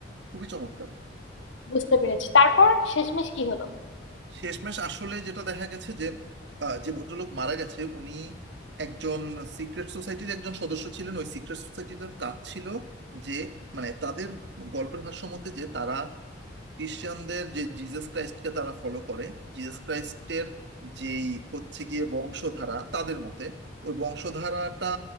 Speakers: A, on the right; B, on the left.
A: খুবই চমৎকার
B: বুঝতে পেরেছি তারপর শেষমেশ কি হলো
A: শেষমেশ আসলে যেটা দেখা গেছে যে আহ, যে ভদ্রলোক মারা গেছে উনি একজন সিক্রেট সোসাইটির একজন সদস্য ছিলেন ওই সিক্রেট সোসাইটিটার কাজ ছিল যে মানে তাদের গল্পের ভাষ্য মতে যে তারা খ্রিস্টানদের যে জিজাস ক্রাইস্টকে তারা ফলো করে জিজাস ক্রাইস্টের যেই হচ্ছে গিয়ে বংশধারা তাদের মতে ওই বংশধারাটা